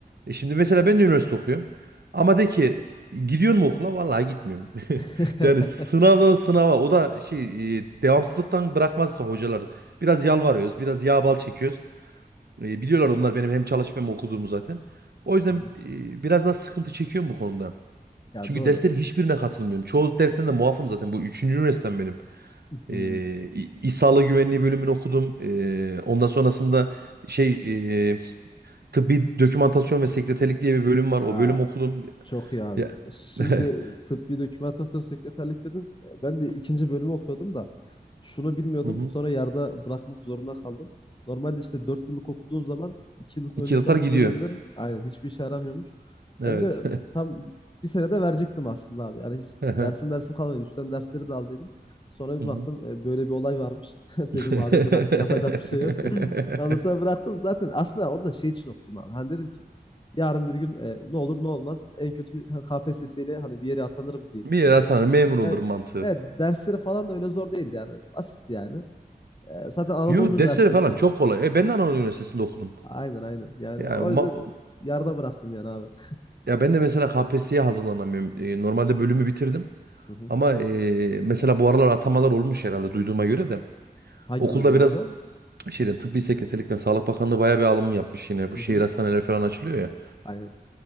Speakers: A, on the right; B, on the left.
A: E şimdi mesela ben de üniversite okuyorum. Ama de ki gidiyor mu okula? Vallahi gitmiyorum. <laughs>
B: <laughs>
A: Yani sınavdan sınava o da şey e, devamsızlıktan bırakmazsa hocalar biraz yalvarıyoruz, biraz yağ bal çekiyoruz. E, biliyorlar onlar benim hem çalışıp hem okuduğumu zaten. O yüzden
B: Hı hı.
A: e, biraz daha sıkıntı çekiyorum bu konuda.
B: Ya
A: Çünkü
B: doğru.
A: derslerin hiçbirine katılmıyorum. Çoğu dersten de muafım zaten. Bu üçüncü üniversitem benim.
B: Hı hı.
A: E, İ- İ- İ- Sağlığı Güvenliği bölümünü okudum. E, ondan sonrasında şey e, Tıbbi dokümantasyon ve sekreterlik diye bir bölüm var.
B: Aa,
A: O bölüm okudum.
B: Çok iyi abi.
A: Ya.
B: Şimdi
A: <laughs>
B: tıbbi dokümantasyon sekreterlik dedin. E, Ben de ikinci bölümü okuyordum da şunu bilmiyordum.
A: Hı hı.
B: Sonra yarıda bırakmak zorunda kaldım. Normalde işte 4 yıllık okuduğun zaman 2 yıllık
A: İki
B: ön lisans
A: yıllar gidiyor.
B: bölümleri aynen hiçbir işe yaramıyormuş.
A: Evet.
B: Ben de
A: <laughs>
B: tam bir senede verecektim aslında abi. Yani hiç
A: Hı
B: dersim dersim kalmadı. Üstten dersleri de aldıydım. Sonra
A: hı.
B: bir baktım e, böyle bir olay varmış. <laughs> Dedim
A: <laughs>
B: abi bırak yapacak bir şey yok. <laughs> Ondan sonra bıraktım. Zaten aslında onu da şey için okudum abi. Hani dedim ki Yarın bir gün e, ne olur ne olmaz en kötü K P S S ile hani bir yere atanırım diye
A: Bir
B: düşündüm
A: yere atanır
B: aslında.
A: memur olurum
B: Yani,
A: mantığı.
B: evet dersleri falan da öyle zor değildi yani. Basitti yani. E, zaten Anadolu
A: Yo
B: Üniversitesi'ydi.
A: dersleri falan çok kolay. E, ben de Anadolu
B: Hı.
A: Üniversitesi'nde okudum.
B: Aynen aynen. Yani
A: Yani
B: o
A: ma-
B: yüzden yarıda bıraktım yani abi.
A: ya ben de mesela KPSS'ye hazırlanamıyorum. E, normalde bölümü bitirdim.
B: Hı hı.
A: Ama e, mesela bu aralar atamalar olmuş herhalde duyduğuma göre de.
B: Hangi
A: Okulda
B: bölümden
A: biraz
B: abi?
A: şeyden tıbbi sekreterlikten Sağlık Bakanlığı bayağı bir alım yapmış yine. Bu
B: Hı
A: şehir
B: hı.
A: hastaneleri falan açılıyor ya.
B: Aynen.